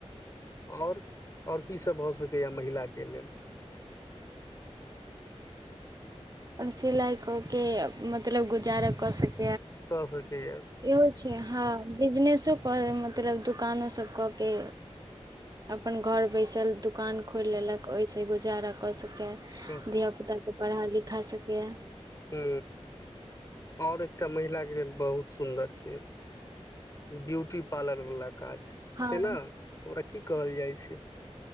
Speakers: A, on the left; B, on the right.
A: आओर आओर की सब भऽ सकैया महिला के के लेल
B: अपन सिलाइ कऽ के मतलब गुजारा कऽ सक
A: कऽ सकैया
B: एहो छै हँ बिजनेस कचो कऽ मतलब दोकानोसभ कऽ के अपन घर बैसल दुकान खोलि लेलक ओहिस गुजारा कऽ सकी
A: कऽ
B: धियापुताके पढ़ा लिखा सकेैए
A: हू आओर एकटा महिला के लेल बहुत सुन्दर छियै ब्यूटी पार्लर वाला काज
B: हँ
A: छै न ओकरा की कहल जाइ छै